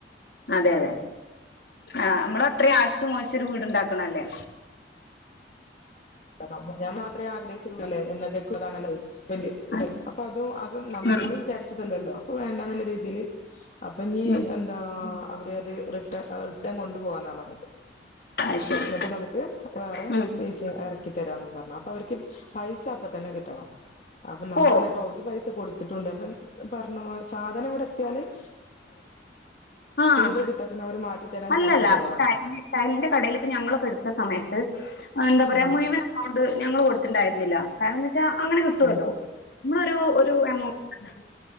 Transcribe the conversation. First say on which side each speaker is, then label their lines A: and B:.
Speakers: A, on the left; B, on the left.
A: അതെ അതെ ആ നമ്മള് അത്രയും ആശിച്ചു മോശിച്ചൊരു വീടുണ്ടാക്കണല്ലേ
B: <unintelligible> ഞാമാത്രേ <unintelligible> <unintelligible>
A: ആ,
B: അത് നമ്മള്
A: ഉം
B: വിചാരിച്ചതല്ലല്ലോ അപ്പൊ വേണ്ട നല്ല രീതിൽ അപ്പൊ നീ
A: ഉം
B: എന്താ അവര് അത് റിട്ടേ റിട്ടേൺ കൊണ്ടു പോകന്ന പറഞ്ഞത്
A: അത് ശരി
B: എന്നിട്ട് നമുക്ക് വേറെ
A: ഉം
B: പീസ് ഇറക്ക <unintelligible> അവർക്ക് പൈസ അപ്പ തന്നെ കിട്ടണം അപ്പൊ നമ്മളാണ്
A: ഓ
B: ഇപ്പ ഓരു പൈസ കൊടുത്തിട്ടുണ്ട് അപ്പ പറണു സാധനം ഇവിട <unintelligible>
A: ആഹ്
B: കൂടെ കിട്ടാ പിന്നെ അവര് മാറ്റി തരാൻ
A: അല്ലല്ല
B: ചാൻസ്
A: <unintelligible>
B: കുറവാണ്
A: ഞങ്ങളൊക്കെ എടുത്ത സമയത്ത് എന്താ പറയാ
B: ആഹ്
A: മുഴുവൻ അൗണ്ട് ഞങ്ങള് കൊടുത്തിുണ്ടരുന്നില്ല കാരണം ച്ച അങ്ങനെ കിട്ടുമല്ലോ
B: ആഹ്
A: നമ്മള് ഒരു ഒരു എമൗണ്ട്